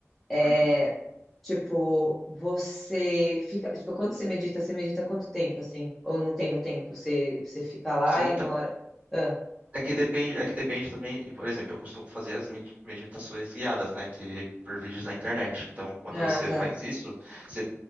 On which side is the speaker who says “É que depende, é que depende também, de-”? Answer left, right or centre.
Right